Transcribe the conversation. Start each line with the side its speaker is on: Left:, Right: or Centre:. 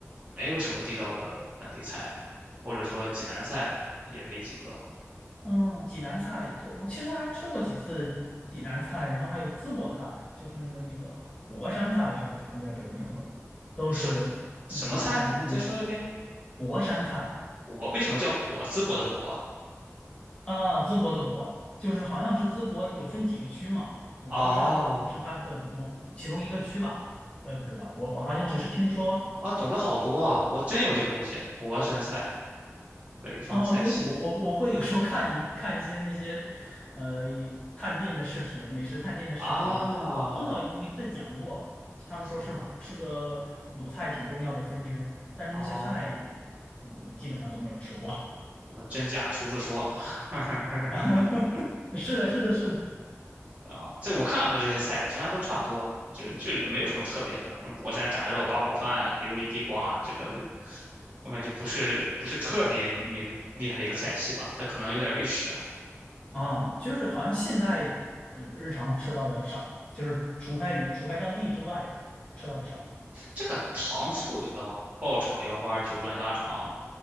Right: 没有什么地道的本地菜，或者说济南菜也没几个。
Left: 嗯，济南菜，就我其实还吃过几次济南菜，然后还有淄博菜，就是那个那个博山菜是吧？好像叫这个名字，都是鲁菜的根源
Right: 什什么菜？你再说一遍。
Left: 博山菜
Right: 博为什么叫博？淄博的博。
Left: 啊，淄博的博，就是好像是淄博有分几个区嘛，博山好像是它的某其中一个区吧，
Right: 哦
Left: 我也不知道，我我好像只是听说
Right: 哦哦，懂得好多啊！我真有这个东西，博山菜，北方菜系
Left: 哦，因为我我我会有时候看一看一些那些，呃，一探店的视频，美食探店的视频。
Right: 啊，
Left: 我碰到一一次讲过，他们说是是个鲁菜挺重要的分支，
Right: 什么
Left: 但是那些菜
Right: 哦，
Left: 嗯我基本上都没有吃过。
Right: 什么真假厨子说。<laughs>
Left: <laughs> 是的，是的，是的，
Right: 啊，这我看了他这些菜，其他都差不多，就就没有什么特别的。博山炸肉、八宝饭、琉璃地瓜，这个我感觉不是不是特别明厉害的一个菜系吧，但可能有点历史啊。
Left: 啊，就是好像现在呃日常吃到的少，就是除开离除开当地之外吃到的少
Right: 这个糖醋鲤哦，爆炒腰花、九转大肠、